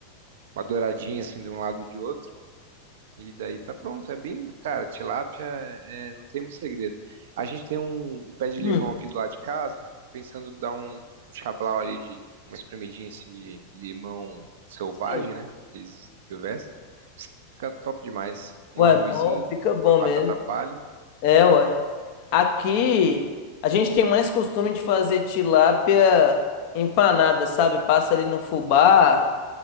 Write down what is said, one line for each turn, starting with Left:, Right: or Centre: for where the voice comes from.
Right: uma douradinha assim de um lado e de outro. E daí tá pronto. É bem, cara, tilápia é, é, não tem muito segredo. A gente tem um, um pé de limão
Left: hum,
Right: aqui do lado de casa, pensando em dar um, um chablau ali de uma espremidinha assim de limão selvagem,
Left: sim.
Right: né? Fiz silvestre. Fica top demais. Um
Left: Ué,
Right: arrozinho
Left: bom, fica
Right: com
Left: bom
Right: ba- batata
Left: mesmo.
Right: palha.
Left: É, ué. Aqui
Right: E,
Left: a gente tem mais costume de fazer tilápia empanada, sabe? Passa ali no fubá,